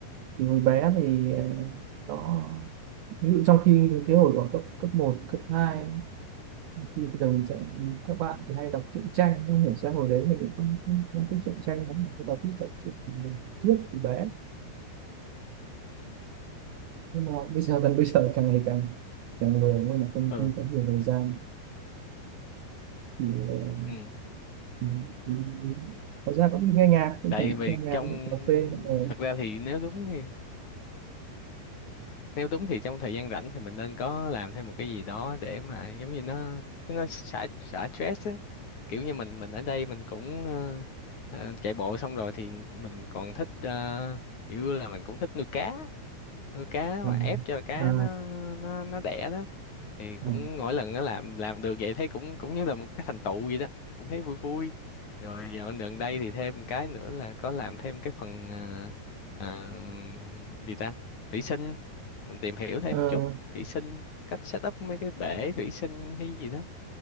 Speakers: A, on the right (about 75°); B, on the left (about 45°).
A: thì hồi bé thì ờ, nó ví dụ trong khi cái hồi đó cấp cấp một, cấp 2 thì bây giờ mình sẽ các bạn thì hay đọc truyện tranh không hiểu sao hồi đấy mình cũng không, không, không thích truyện tranh lắm mình đọc thích đọc truyện mình đọc trước từ bé nhưng mà bây giờ gần bây giờ càng ngày càng càng lười nên là không
B: ừ
A: không có nhiều thời gian thì lại là
B: ừ.
A: mình- mình- mình- có ra cũng đi nghe nhạc cũng
B: tại
A: chẳng
B: vì
A: nghe nhạc
B: trong
A: nghe cà phê ờ,
B: thật ra thì nếu đúng thì nếu đúng thì trong thời gian rảnh thì mình nên có làm thêm một cái gì đó để mà giống như nó nó xả xả stress á kiểu như mình mình ở đây mình cũng ờ, ờ, chạy bộ xong rồi thì mình còn thích ờ, kiểu là mình cũng thích nuôi cá nuôi cá
A: à,
B: mà ép cho cá
A: à,
B: nó nó nó đẻ đó thì cũng
A: à,
B: mỗi lần nó làm làm được vậy thấy cũng cũng như là một cái thành tựu vậy đó cũng thấy vui vui rồi dạo gần đây thì thêm một cái nữa là có làm thêm cái phần à, à, gì ta thủy sinh mình tìm hiểu thêm
A: ờ,
B: một chút thủy sinh cách set up mấy cái bể thủy sinh hay gì đó